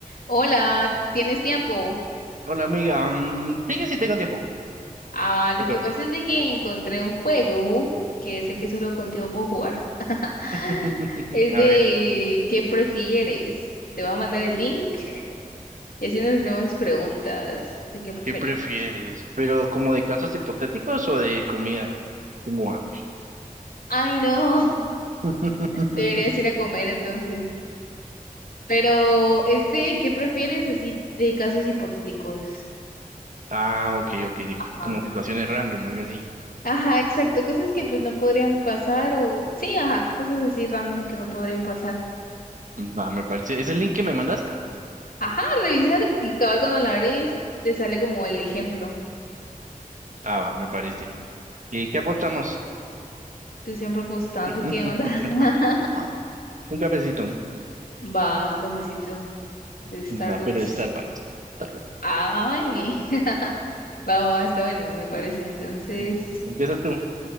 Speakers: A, on the left; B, on the right.
A: Hola, ¿tienes tiempo?
B: Hola amiga, mm, sí, yo sí tengo tiempo.
A: Ah, lo
B: Otro.
A: que pasa es de que encontré un juego que sé que solo contigo puedo jugar. <laughs>
B: <laughs>
A: Es
B: A
A: de
B: ver,
A: ¿qué prefieres? Te voy a mandar el link y así nos hacemos preguntas de qué preferimos.
B: ¿qué prefieres? ¿Pero como de casos hipotéticos o de comida? Tengo hambre.
A: Ay, no. <laughs>
B: <laughs>
A: Deberías ir a comer entonces. Pero este, ¿qué prefieres? Así de casos hipotéticos.
B: Ah, ok, ok, de-
A: Ah,
B: como situaciones random, algo así.
A: Ajá, exacto, cosas que pues no podrían pasar o sí, ajá, cosas así random que no podrían pasar.
B: Va, me parece. ¿Es el link que me mandaste?
A: Ajá, revísalo y cabal cuando la abres te sale como el ejemplo.
B: Ah, va, me parece. ¿Y qué apostamos?
A: Tú siempre postando,
B: <laughs>
A: ¿qué onda? <laughs>
B: Un cafecito.
A: Va, un cafecito de Starbucks.
B: No, pero de Starbucks. Starbucks.
A: Ay, <laughs> va, va, está bueno, me parece. Entonces,
B: Mm, Empiezas tú,